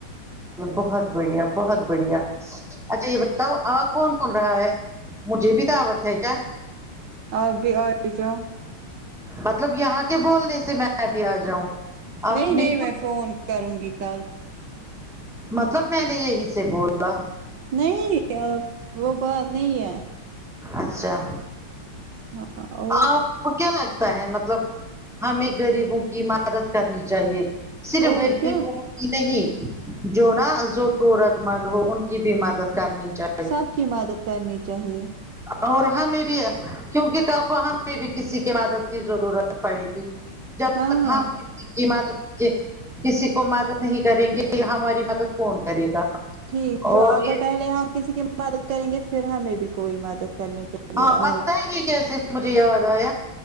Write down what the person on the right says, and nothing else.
آپ بھی آ ہی جاؤ
نہیں
نہیں
میں فون کروں گی کل
نہیں ا وہ بات نہیں ہے
ہاں اور
اور
کیا
سب کی مدد کرنی چاہیے
ہاں
ٹھیک جو
اگر
پہلے ہم کسی کی مدد کریں گے پھر ہمیں بھی کوئی مدد کرنے کے
لیے آئے